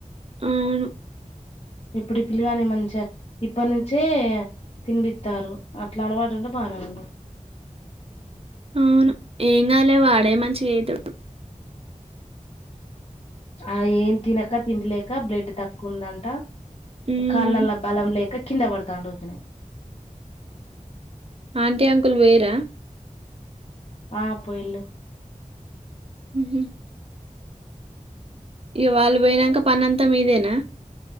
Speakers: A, on the right (about 45°); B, on the left (about 45°).
A: వును
B: ఇప్పుడు పిల్లు కాని మంచిగా ఇప్పటి నుంచే తినిపిత్తారు అట్లా అలవాటు ఉంటే బానే ఉండు
A: అవును ఏం కాదులే వాడే మ మంచిగా అయితడు
B: ఆ ఏం తినక తిండి లేక బ్లడ్ తక్కువ ఉందంట
A: ఉమ్
B: కాళ్ళలో బలం లేక కింద పడతాండు ఊరికనే
A: ఆంటీ, అంకుల్ పోయ్ రా
B: ఆ పోయిల్లు
A: మ్మ్ ఇక వాళ్ళు పోయినాక పనంతా మీదేనా